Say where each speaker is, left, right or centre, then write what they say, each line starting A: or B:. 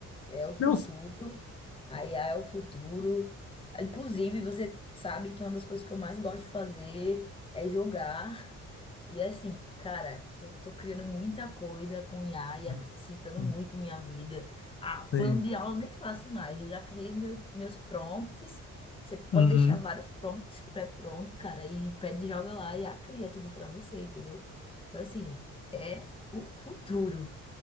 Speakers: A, on the left; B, on the left.
A: É o futuro.
B: Não, s-
A: A IA é o futuro. Inclusive, você sabe que uma das coisas que eu mais gosto de fazer é jogar. E assim, cara, tô, tô criando muita coisa com IA, IA
B: Hum,
A: tá facilitando
B: hum,
A: muito minha vida. Ah, plano
B: sim.
A: de aula eu nem faço mais, eu já criei meu, meus prompts. Você pode
B: Uhum.
A: deixar vários prompts pré-pronto, cara, e pede, joga lá e a I A cria tudo pra você, entendeu? Então, assim, é o futuro.